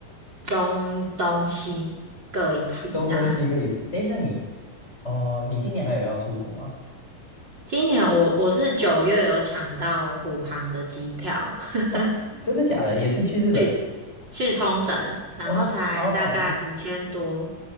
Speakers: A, on the right; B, on the left.
A: 中东西各一次这样。
B: 中东西各一次。
A: <laughs>
B: 哎，那你，哦，你今年还有要出国吗？
A: 今年我我是九月有抢到虎航的机票，<laughs>
B: 哦，真的假的？也是去日本？
A: 去去冲绳，然后才大概五千多。
B: 哇，好好哦。